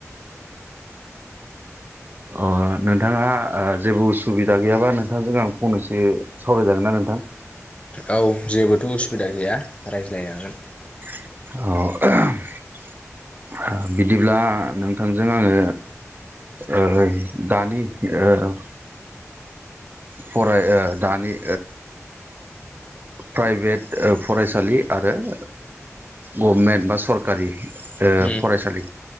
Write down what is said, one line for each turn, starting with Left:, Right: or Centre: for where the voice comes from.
Right: अ नोंथाङा ओ जेबो उसुबिदा गैयाबा नोंथांजों आं फंनैसो सावरायजागोन ना नोंथां?
Left: औ जेबोथ' उसुबिदा गैया रायज्लाजागोन।
Right: अ <unintelligible> बिदिब्ला नोंथांजों आङो ओ दानि ओ फराय ओ दानि ओ प्राइभेट ओ फरायसालि आरो ओ गभमेन्ट बा सरकारि ओ
Left: उम
Right: फरायसालि